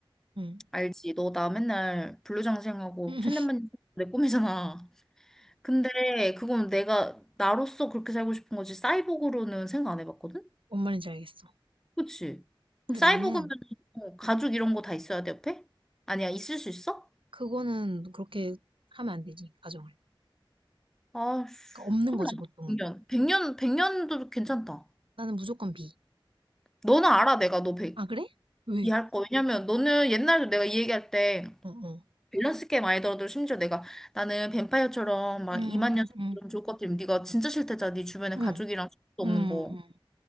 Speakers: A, on the right; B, in the centre.
A: 응.
B: 알지. 너 나 맨날 불로장생하고
A: <laughs>
B: 천년만년 내 꿈이잖아. 근데 그건 내가 나로서 그렇게 살고 싶은 거지. 사이보그로는 생각 안 해봤거든?
A: 뭔 말인지 알겠어.
B: 그치?
A: 근데
B: 그럼 사이보그면
A: 나는
B: 어, 가죽 이런 거 다 있어야 돼, 옆에? 아니야, 있을 수 있어?
A: 그거는 그렇게 하면 안 되지, 가정을.
B: 아,
A: 그러니까 없는
B: 그럼
A: 거지,
B: 나
A: 보통은.
B: 100년. 100년, 100년도 괜찮다.
A: 나는 무조건 B.
B: 너는 알아, 내가 너 100,
A: 아, 그래? 왜?
B: 이해할 거. 왜냐면 너는 옛날에 내가 이 얘기할 때
A: 어, 어.
B: 밸런스 게임 많이 들어도 심지어 내가 나는 뱀파이어처럼 막
A: 음,
B: 2만
A: 음,
B: 년 사는
A: 음,
B: 좋을 것 같으면 네가 진짜 싫대잖아. 네 주변에
A: 음,
B: 가족이랑 친구도 없는
A: 음. 음.
B: 거.